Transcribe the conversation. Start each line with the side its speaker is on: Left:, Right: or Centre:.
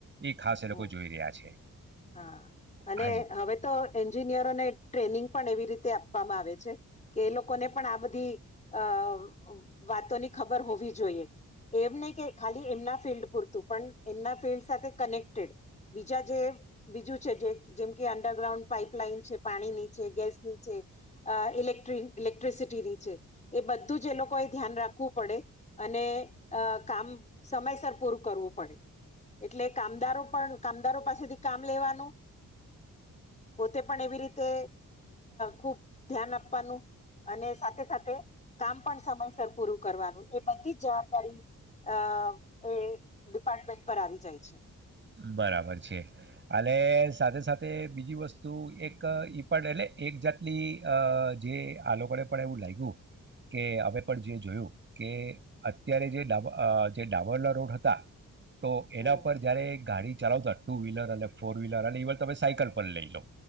Right: એ ખાસ એ
Left: હમ
Right: લોકો જોઈ રહ્યા છે
Left: હા અને
Right: હાજી.
Left: હવે તો એન્જિનિયરોને ટ્રેનિંગ પણ એવી રીતે આપવામાં આવે છે કે એ લોકોને પણ આ બધી અ વાતોની ખબર હોવી જોઈએ એમ નહી કે ખાલી એમના ફિલ્ડ પૂરતું પણ એમના ફિલ્ડ સાથે કનેક્ટ બીજા જે બીજું છે જે જેમ કે અંડરગ્રાઉન્ડ પાઈપલાઈન છે પાણીની છે ગેસની છે ઇલે ઇલેક્ટ્રિસિટીની છે એ બધું જ એ લોકોએ ધ્યાન રાખવું પડે અને કામ સમયસર પૂરું કરવું પડે એટલે કામદારો પણ કામદારો પાસેથી કામ લેવાનું પોતે પણ એવી રીતે ખુબ ધ્યાન આપવાનું અને સાથે સાથે કામ પણ સમયસર પૂરું કરવાનું એ બધી જ જવાબદારી અ એ ડિપાર્ટમેન્ટ પર આવી જાય છે.
Right: બરાબર છે અને સાથે સાથે બીજી વસ્તુ એક ઈ પણ એટલે એક જાતની જે આ લોકોને પણ એવું લાગ્યું કે અમે પણ જે જોયું કે અત્યારે જે ડાબ જે ડામરના રોડ હતા. તો એના
Left: હમ
Right: પર જયારે ગાડી ચલાવતા ટુ વ્હીલર અને ફોર વ્હીલર અનેવર તમે સાયકલ પર લઈ લો.